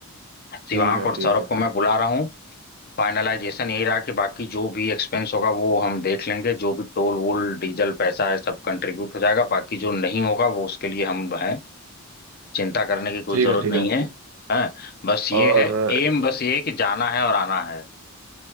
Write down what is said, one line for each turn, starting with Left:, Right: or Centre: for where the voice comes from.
Left: शिवांक
Right: ठीक है
Left: और
Right: ठीक
Left: सौरभ
Right: है
Left: को मैं बुला रहा हूँ फाइनलाइजेशन यही रहा कि बाकी जो भी एक्सपेंस होगा वो हम देख लेंगे जो भी टोल वोल डीजल पैसा है सब कंट्रीब्यूट हो जाएगा बाकी जो नहीं होगा वो उसके लिए हम हैं चिंता करने की कोई
Right: ठीक
Left: जरूरत
Right: है ठीक
Left: नहीं
Right: है
Left: है हाँ बस ये
Right: और
Left: है एम बस ये है कि जाना है और आना है